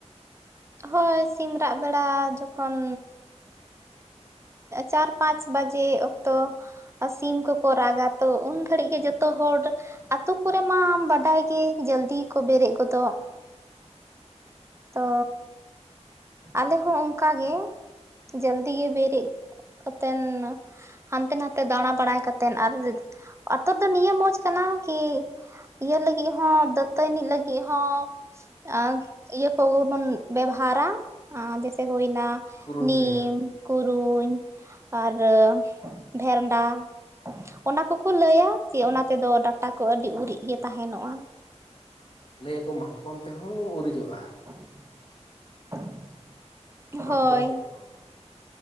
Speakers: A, on the right; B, on the left.
A: ᱦᱳᱭ ᱥᱤᱢ ᱨᱟᱜ ᱵᱮᱲᱟ ᱡᱚᱠᱷᱚᱱ ᱪᱟᱨ ᱯᱟᱸᱪ ᱵᱟᱡᱮ ᱚᱠᱛᱚ ᱥᱤᱢ ᱠᱚᱠᱚ ᱨᱟᱜᱟ ᱛᱚ ᱩᱱ ᱜᱷᱟᱹᱲᱤᱡ ᱜᱮ ᱡᱚᱛᱚ ᱦᱚᱲ ᱟᱛᱳ ᱠᱚᱨᱮ ᱢᱟ ᱵᱟᱰᱟᱭ ᱜᱮ ᱡᱟᱹᱞᱫᱤ ᱠᱚ ᱵᱮᱨᱮᱫ ᱜᱚᱫᱚᱜ ᱛᱚᱻ ᱟᱞᱮ ᱦᱚᱸ ᱚᱱᱠᱟ ᱜᱮ ᱡᱟᱹᱞᱫᱤ ᱜᱮ ᱵᱮᱨᱮᱫ ᱠᱟᱛᱮᱱ ᱦᱟᱱᱛᱮ ᱱᱟᱛᱮ ᱫᱟᱬᱟ ᱵᱟᱲᱟᱭ ᱠᱟᱛᱮ ᱟᱨ ᱟᱛᱳ ᱫᱚ ᱱᱤᱭᱟᱹ ᱢᱚᱡᱽ ᱠᱟᱱᱟ ᱠᱤ ᱤᱭᱟᱹ ᱞᱟᱹᱜᱤᱫ ᱦᱚᱸ ᱫᱟᱹᱛᱟᱹᱱᱤ ᱞᱟᱹᱜᱤᱫ ᱦᱚᱸ, ᱟᱝ ᱤᱭᱟᱹ ᱠᱚ ᱵᱚᱱ ᱵᱮᱵᱷᱟᱨᱟ᱾ ᱟᱨ ᱡᱮᱭᱥᱮ ᱦᱩᱭᱱᱟ
B: ᱠᱩᱨᱩᱧ
A: ᱱᱤᱢ
B: ᱨᱮᱭᱟᱜ
A: ᱠᱩᱨᱩᱧ ᱟᱨ ᱵᱷᱮᱨᱱᱰᱟ᱾ ᱚᱱᱟ ᱠᱚᱠᱚ ᱞᱟᱹᱭᱟ ᱡᱮ ᱚᱱᱟ ᱛᱮᱫᱚ ᱰᱟᱴᱟ ᱠᱚ ᱟᱹᱰᱤ ᱩᱨᱤᱡ ᱜᱮ ᱛᱟᱦᱮᱱᱚᱜ-ᱟ᱾
B: ᱞᱟᱹᱭ ᱟᱠᱚ ᱢᱟᱛᱠᱚᱢ ᱛᱮᱦᱚᱸ ᱩᱨᱤᱡᱚᱜ-ᱟ᱾
A: <unintelligible> ᱦᱳᱭ
B: ᱢᱟᱛᱠᱚᱢ ᱛᱮ ᱦᱚ,